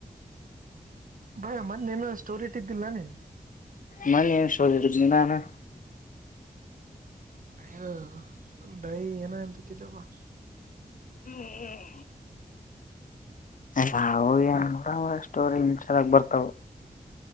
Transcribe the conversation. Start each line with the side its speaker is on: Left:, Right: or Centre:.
Right: ಬರ ಮೊನು ಅಷ್ಟ ಸ್ಟೋರಿ ಇಟ್ಟಿದ್ದಿಲ್ಲ ನೀ
Left: ಮನ ಏನು ಸ್ಟೋರಿ ನೀನಾ ನಾನ
Right: ಯದ ೈ ಏನ ಎನ್ ಬಕ್ಕಿದ್ದವ <unintelligible>
Left: ಹ್ಮ್ ನ ಅವ ಸ್ಟೋರಿ ಇನ್ಸ್ಟಾದಗ ಬರ್ತಾವ